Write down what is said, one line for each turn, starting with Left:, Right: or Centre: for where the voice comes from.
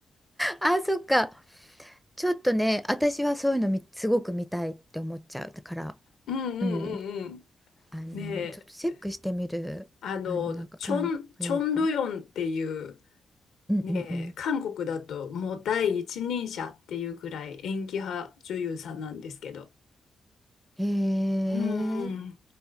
Centre: あ、そっか。ちょっとね、私はそういうのみすごく見たいって思っちゃう。だから、
Left: うんうんうんうん。
Centre: うん、あの、
Left: ねえ、
Centre: ちょっとチェックしてみる。
Left: あの、
Centre: あの、なんか韓国映画。
Left: チョン、チョンドヨンっていう、
Centre: うんうんうん。
Left: ねえ、韓国だともう第一人者っていうぐらい演技派女優さんなんですけど、
Centre: へえ、
Left: うんうん。